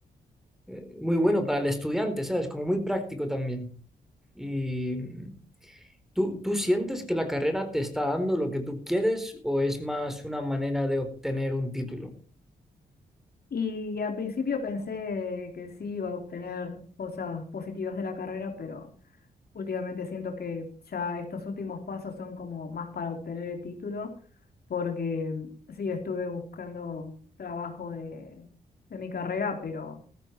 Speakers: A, in the centre; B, on the left.
A: eh, muy bueno para el estudiante, ¿sabes? Como muy práctico también. Y mm, ¿tú, tú sientes que la carrera te está dando lo que tú quieres o es más una manera de obtener un título?
B: y al principio pensé que sí iba a obtener cosas positivas de la carrera, pero... Últimamente siento que ya estos últimos pasos son como más para obtener el título, porque mm, sí, estuve buscando trabajo de, de mi carrera, pero